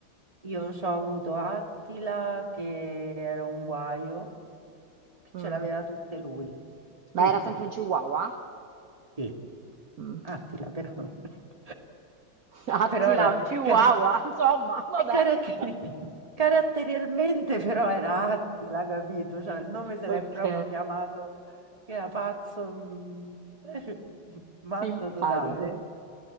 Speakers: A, on the right (about 20°); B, on the right (about 55°).
A: io ho avuto Attila che era un guaio, che
B: Mm.
A: ce l'aveva tutte lui, tutte.
B: Ma era sempre un chihuahua?
A: Sì.
B: Mm.
A: Attila, però. <laughs>
B: <laughs> Attila,
A: Però era...
B: un chihuahua,
A: car-
B: insomma, vabbè.
A: e car-
B: <laughs>
A: caratterialmente però era Attila, capito? Cioè il nome se
B: Ok,
A: l'è proprio chiamato, che era pazzo, mm, <laughs> matto
B: simpatico.
A: totale.